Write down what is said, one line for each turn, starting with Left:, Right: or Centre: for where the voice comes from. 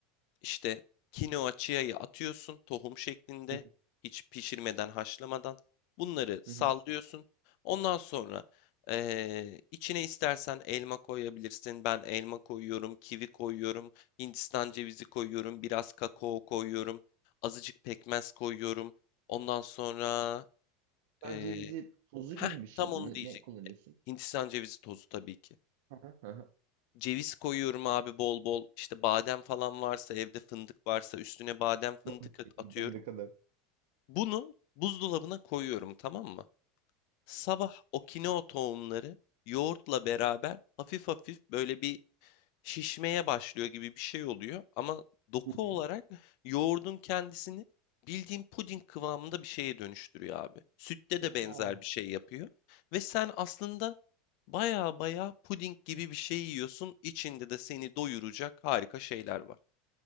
Left: işte kinoa chia'yı atıyorsun tohum şeklinde
Right: Hı
Left: hiç pişirmeden haşlamadan. Bunları sallıyorsun.
Right: hı. hı.
Left: Ondan sonra eee, içine istersen elma koyabilirsin. Ben elma koyuyorum, kivi koyuyorum, Hindistan cevizi koyuyorum, biraz kakao koyuyorum, azıcık pekmez koyuyorum. Ondan sonra
Right: Sen
Left: eee
Right: cevizi tozu gibi
Left: heh,
Right: bir şey
Left: tam
Right: mi?
Left: onu
Right: Ne,
Left: diyecek.
Right: ne kullanıyorsun?
Left: Hindistan cevizi tozu tabii ki.
Right: Hı hı. hı hı.
Left: Ceviz koyuyorum abi bol bol. İşte badem falan varsa, evde fındık varsa üstüne badem fındık
Right: Ne oldu?
Left: at- atıyorum.
Right: Bilmem ne kadar.
Left: Bunu buzdolabına koyuyorum tamam mı? Sabah o kinoa tohumları yoğurtla beraber hafif hafif böyle bir şişmeye başlıyor gibi bir şey oluyor ama doku
Right: Hı hı.
Left: olarak yoğurdun kendisini bildiğin puding kıvamında bir şeye dönüştürüyor abi. Sütte
Right: Oo.
Left: de benzer bir şey yapıyor ve sen aslında baya baya puding gibi bir şey yiyorsun. İçinde de seni doyuracak harika şeyler var.